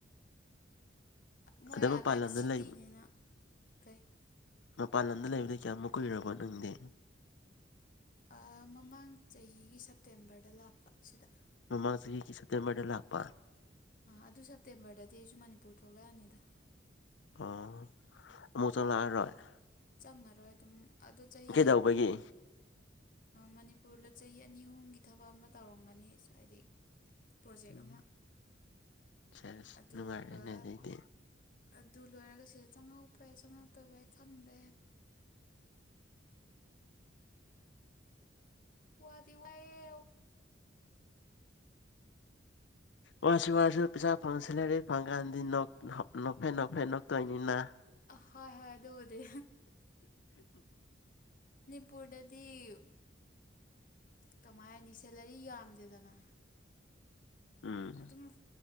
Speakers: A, on the left; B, on the left.
A: ꯃꯣꯏ
B: ꯑꯗ ꯃꯄꯥꯟ
A: ꯑꯗꯥꯋꯥꯏꯗ
B: ꯂꯝꯗ
A: ꯁꯤꯇꯤꯅꯤꯅ
B: ꯂꯩ
A: ꯀꯩ
B: ꯃꯄꯥꯟ ꯂꯝꯗ ꯂꯩꯕꯗ ꯀꯌꯥꯃꯨꯛ ꯀꯨꯏꯔꯕꯣ ꯅꯪꯗꯦ
A: ꯑ ꯃꯃꯥꯡ ꯆꯍꯤꯒꯤ ꯁꯦꯞꯇꯦꯝꯕꯔ ꯗ ꯂꯥꯞꯄꯁꯤꯗ
B: ꯃꯃꯥꯡꯖꯤꯍꯤꯒꯤ ꯁꯇꯔ ꯃꯔꯗꯦꯜ ꯑꯈꯕꯥ
A: ꯑꯗꯨ ꯁꯦꯞꯇꯦꯝꯕꯔꯗꯗꯤ ꯑꯩꯁꯨ ꯃꯅꯤꯄꯨꯔ ꯊꯣꯛꯂꯛꯑꯅꯤꯗ
B: ꯑꯣ ꯑꯃꯨꯛ ꯆꯪꯂꯛꯑꯔꫭꯏ
A: ꯇꯪꯉꯔꯣꯏ ꯑꯗꯨꯝ ꯑꯗꯨ ꯆꯍꯤ
B: ꯀꯩꯗꯧꯕꯒꯤ
A: ꯃꯅꯤꯄꯨꯔꯗ ꯆꯍꯤ ꯑꯅꯤ ꯑꯍꯨꯝꯒꯤ ꯊꯕꯛ ꯑꯃ ꯇꯧꯔꯝꯒꯅꯤ ꯍꯥꯏꯗꯤ ꯄ꯭ꯔꯣꯖꯦꯛ
B: ꯎꯝ
A: ꯑꯃ
B: ꯁꯦꯁ
A: ꯑꯗꯨꯒ
B: ꯅꯨꯡꯉꯥꯏꯔꯦꯅꯦ ꯑꯗꯩꯗꯤ
A: ꯑꯗꯨ ꯂꯣꯏꯔꯒ ꯁꯤꯗ ꯆꯪꯉꯛꯄ ꯌꯥꯏ ꯆꯪꯉꯛꯇꯕ ꯌꯥ ꯈꯟꯗꯦ ꯋꯥꯗꯤ ꯋꯥꯏꯌꯦ
B: ꯋꯥꯁꯨ ꯋꯥꯔꯁꯨ ꯄꯩꯁꯥ ꯐꯪ ꯁꯤꯜꯂꯔ ꯐꯪ ꯀꯥꯟꯗꯤ ꯅꯦꯛ ꯅꯣꯛꯐꯦ ꯅꯣꯛꯐꯦ ꯅꯣꯛ ꯇꯣꯏꯅꯤꯅ
A: ꯍꯣꯏ ꯍꯣꯏ ꯑꯗꯨꯕꯨꯗꯤ ꯃꯅꯤꯄꯨꯔꯗꯗꯤ ꯀꯃꯥꯏꯅꯤ ꯁꯦꯂꯔꯤ ꯌꯥꯝꯗꯦꯗꯅ
B: ꯎꯝ
A: ꯑꯗꯨꯝ